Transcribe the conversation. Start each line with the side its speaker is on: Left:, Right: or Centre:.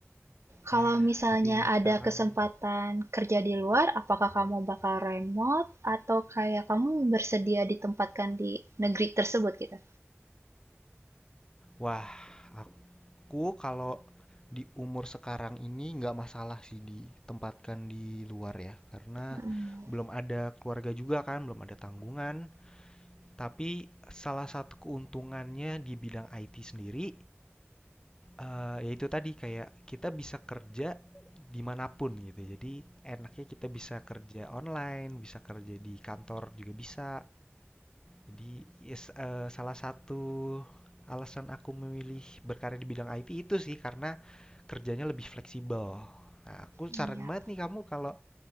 Right: Kalau
Left: Ya,
Right: misalnya
Left: tapi buat
Right: ada
Left: sekarang,
Right: kesempatan kerja di luar, apakah kamu bakal remote atau kayak kamu bersedia ditempatkan di negeri tersebut gitu?
Left: wah, Aku kalau di umur sekarang ini nggak masalah sih ditempatkan di luar ya, karena
Right: Mm,
Left: belum ada keluarga juga kan, belum ada tanggungan. Tapi salah satu keuntungannya di bidang IT sendiri, eh, yaitu tadi kayak kita bisa kerja dimanapun gitu. Jadi enaknya kita bisa kerja online, bisa kerja di kantor juga bisa, jadi yes, eee, salah satu alasan aku memilih berkarya di bidang IT itu sih karena kerjanya lebih fleksibel. Nah, aku saran
Right: iya.
Left: banget nih kamu kalau